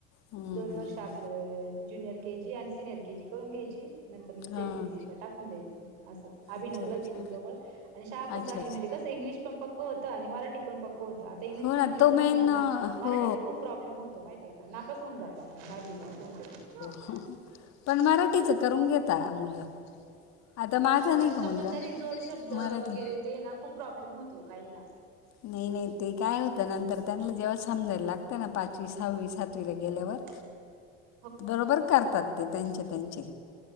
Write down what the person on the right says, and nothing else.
दोन वर्ष
आपलं ज्युनियर के जी आणि सिनियर के जी करून घ्यायची नंतर मग
सेम इंग्लिशला टाकून द्यायचं असं. अभिनवला
च इथं जवळ आणि शाळा पण
चांगली
म्हणजे कसं इंग्लिश पण पक्क होतं आणि मराठी पण पक्क होतं. तर इंग्लिश
मिडियमच्या
मुलांना
ना मराठीच
खूप प्रॉब्लेम होतो माहितीय का नापास होऊ जात म बाजूला अस होतय.
करत
पण तरी जोड शब्द
वगैरे ते ना खूप प्रॉब्लेम होतो काही ना.
<inaudible>